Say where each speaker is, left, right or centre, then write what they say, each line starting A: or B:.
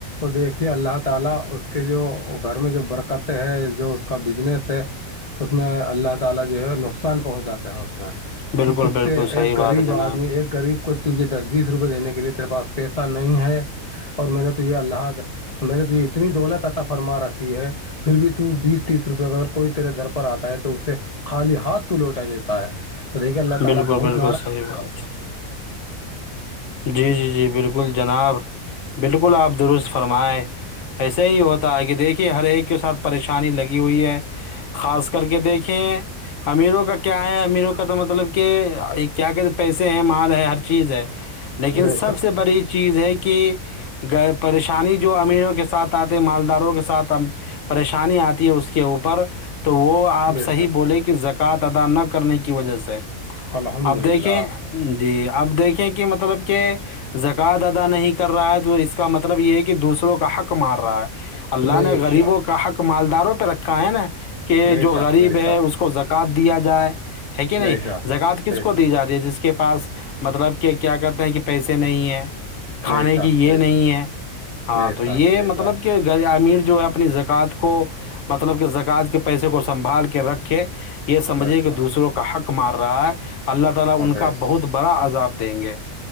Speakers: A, on the left; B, on the left.
A: دیکھیں اللہ تعالی اس کے جو گھر میں جو برکتیں ہیں جو اس کا بزنس ہے اللہ تعالی جو ہے نقصان پہنچ جاتا ہے نقصان
B: بالکل
A: کہ تج
B: بالکل
A: سے
B: صحیح
A: ایک
B: بات
A: غریب
B: ہے جناب
A: آدمی ایک غریب کو تے دس بیس روپئے دینے کے لیے تیرے پاس پیسہ نہیں ہے اور میں نے تو یہ اللہ حاظ میں نے تو یہ اتنی دولت عطا فرما رکھی ہے پھر بھی ت بیس تیس روپئے اگر کوئی تیرے در پر آتا ہے تو اس سے خالی ہاتھ تو لوٹا جاتا لیکن اللہ
B: بالکل
A: تعالی بہت
B: بالکل صحیح بات جی جی جی بالکل جناب بالکل آپ درست فرمائے ایسے ہی ہوتا ہے کہ دیکھیے ہر ایک کے ساتھ پریشانی لگی ہوئی ہے خاص کر کے دیکھیں امیروں کا کیا ہے امیروں کا تو مطلب کہ کیا کہتے پیسے ہیں مال ہے ہر چیز ہے لیکن
A: بے
B: سب
A: شک
B: سے بڑی چیز ہے کہ پریشانی جو امیروں کے ساتھ آتے مالداروں کے ساتھ پریشانی آتی ہے اس کے اوپر تو وہ آپ
A: بے
B: صحیح
A: شک
B: بولیں کہ زکوۃ ادا نہ کرنے کی وجہ سے
A: الحمد
B: اب دیکھیں
A: للہ
B: جی اب دیکھیں کہ مطلب کہ زکوۃ ادا نہیں کر رہا ہے تو اس کا مطلب یہ ہے کہ دوسروں کا حق مار رہا ہے اللہ
A: بے
B: نے غریبوں
A: شک
B: کا حق مالداروں پہ رکھا ہے نا کہ
A: بے
B: جو
A: شک
B: غریب
A: بے
B: ہے
A: شک
B: اس کو ذر کات دیا جائے ہے کہ
A: بے
B: نہیں
A: شک
B: زکات کس
A: بے
B: کو
A: شک
B: دی جاتی ہے جس کی کے پاس مطلب کہ کیا کہتے ہیں کہ پیسے نہیں ہیں کھانے
A: بے شک
B: کی یہ
A: بے
B: نہیں
A: شک
B: ہے ہاں
A: بے
B: تو
A: شک
B: یہ
A: بے
B: مطلب
A: شک
B: کہ گز امیر جو ہے اپنی زکوۃ کو مطلب کہ زکوات کے پیسے کو سنبھال کے رکھے یہ سمجھیں
A: بے شک
B: کہ دوسروں کا حق مار رہا ہے اللہ تعالی
A: بے
B: ان کا
A: شک
B: بہت بڑا عذاب دیں گے بندے بھائی کی ریکارڈنگ میں نے معیاری دعا ہے میں ا رہی ہیں خ